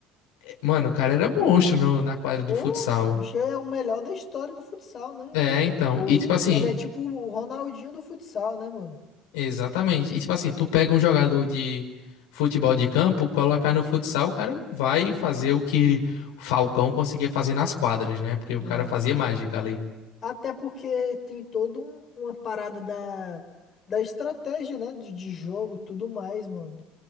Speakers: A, on the left; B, on the left.
A: Mano, o cara era monstro no- na quadra de
B: Pô,
A: futsal.
B: o bicho é o melhor da história do futsal, né?
A: É, então.
B: O,
A: E tipo assim,
B: ele é tipo o Ronaldinho do futsal, né, mano?
A: exatamente. E tipo assim, tu pega um jogador de futebol de campo, colocar no futsal, o cara não vai fazer o que o Falcão conseguia fazer nas quadras, né? Porque
B: É,
A: o cara fazia mágica ali.
B: até porque tem toda um- uma parada da, da estratégia, né? De, de jogo, tudo mais, mano.